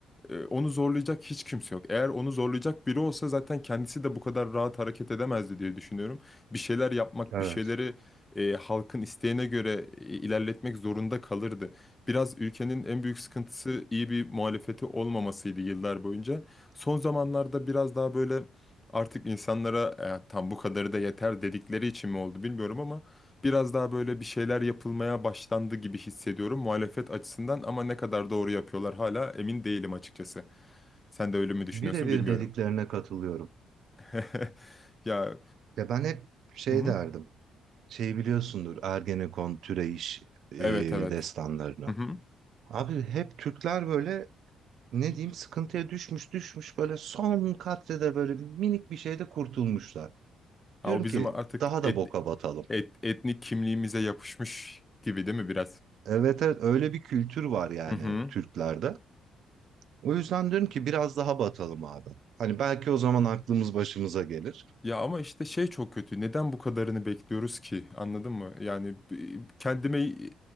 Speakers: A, on the left; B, on the right.
A: e, Onu zorlayacak hiç kimse yok. Eğer onu zorlayacak biri olsa zaten kendisi de bu kadar rahat hareket edemezdi diye düşünüyorum. Bir şeyler yapmak,
B: Evet.
A: bir şeyleri e, halkın isteğine göre e, ilerletmek zorunda kalırdı. Biraz ülkenin en büyük sıkıntısı iyi bir muhalefeti olmamasıydı yıllar boyunca. Son zamanlarda biraz daha böyle artık insanlara "E, tam bu kadarı da yeter dedikleri için mi oldu bilmiyorum ama biraz daha böyle bir şeyler yapılmaya başlandı gibi hissediyorum muhalefet açısından ama ne kadar doğru yapıyorlar hala emin değilim açıkçası. Sen de öyle mi düşünüyorsun
B: Birebir
A: bilmiyorum.
B: dediklerine katılıyorum.
A: <laughs> Ya
B: Ya ben hep şey
A: hı hı.
B: derdim. Şey biliyorsundur Ergenekon, Türeyiş e,
A: evet evet.
B: destanlarını.
A: Hı hı.
B: Abi hep Türkler böyle ne diyeyim sıkıntıya düşmüş düşmüş böyle son katrede böyle bir minik bir şeyde kurtulmuşlar.
A: Ha,
B: Diyorum
A: o bizim
B: ki
A: artık
B: daha da
A: et,
B: boka batalım.
A: et, etnik kimliğimize yapışmış gibi değil mi biraz?
B: Evet evet öyle bir kültür var yani
A: Hı hı.
B: Türklerde. O yüzden diyorum ki biraz daha batalım abi. Hani belki o zaman aklımız başımıza gelir.
A: Ya ama işte şey çok kötü. Neden bu kadarını bekliyoruz ki? Anladın mı? Yani b- kendime